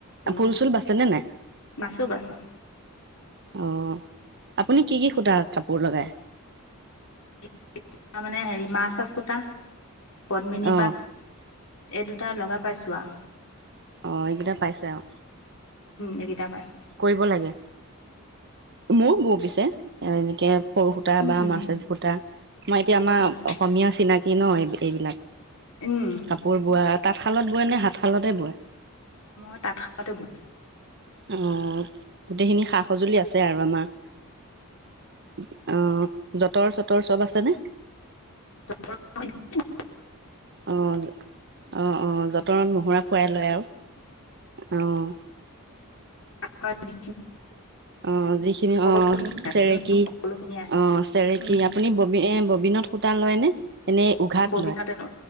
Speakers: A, on the left; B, on the right.
A: কৰো
B: ফুল চুল বাচেনে নাই
A: বাচো বাচো
B: অ' আপুনি কি কি সূতা কাপোৰ লগায়
A: তাৰ মানে হেৰি মা চাছ কুটা পদ্মিনী
B: অঁ
A: পাট এই দুটা লগাই পাইছোঁ আৰু
B: ' এইকোটা পাইছে আৰু
A: এইকেইটা পায়
B: কৰিব লাগে মোৰো বৌ পিছে এনেকে সৰু সূতা
A: উম
B: বা
A: উম
B: মাৰ্চজ সূতা আমাৰ এতিয়া আমাৰ
A: বাচ
B: অসমীয়া চিনাকি নহ এইবিলাক
A: উম
B: কাপোৰ বোৱা তাঁতশালত বয় নে হাতশালতে বয়
A: মই তাঁত শালতে বওঁ
B: অ' গোটেইখিনি সা সঁজুলি আছে আৰু আমাৰ অ' যতৰ চতৰ চব আছেনে?
A: <unintelligible>
B: অ' অ' অ' যতনত মহহুৰা ফৰাই লয় আৰু অ'
A: হয়
B: অ' যিখিনি
A: সকলোখিনিয়ে
B: অ'
A: আছে
B: চেৰেকি
A: উম সকলোখিনিয়ে আছে
B: অ' চেৰেকি
A: উম
B: আপুনি ব এ ববিনতু টা লয়নে এনেই উঘাত
A: ববিনতে
B: লয়
A: ন